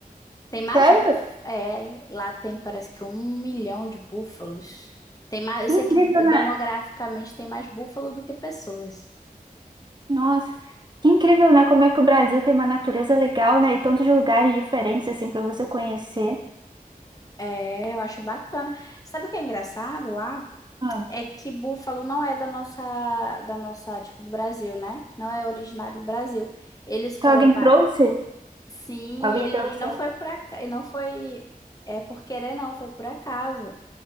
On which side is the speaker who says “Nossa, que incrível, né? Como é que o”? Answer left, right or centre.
Right